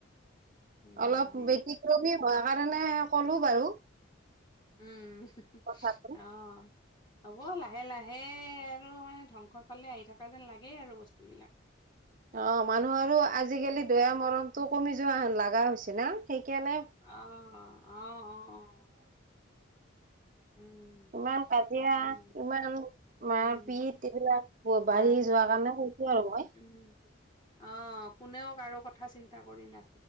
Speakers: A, on the left; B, on the right.
A: উম,
B: অলপ
A: সেই
B: ব্যতিক্ৰমী হোৱা কাৰণে ক'লো বাৰু।
A: উম
B: কথাটো
A: অ হ'ব লাহে লাহে আৰু মানে ধ্বংসৰ ফালে আহি থকা যেন লাগে আৰু বস্তু বিলাক
B: অ মানুহৰো আজিকালি দয়া মৰমটো কমি যোৱা হেন লগা হৈছে না সেইকাৰণে
A: অ অ অ অ উম- উম।
B: ইমান কাজিয়া,
A: তাকেই।
B: ইমান
A: অ',
B: মাৰপিত, এইবিলাক বাঢ়ি
A: মাৰ
B: যোৱাৰ
A: পিত
B: কাৰণে হৈছে। কি লওঁক মইও উ।
A: উম,
B: <inaudible>
A: অ, কোনেও কাৰো কথা। কথা চিন্তা কৰি ন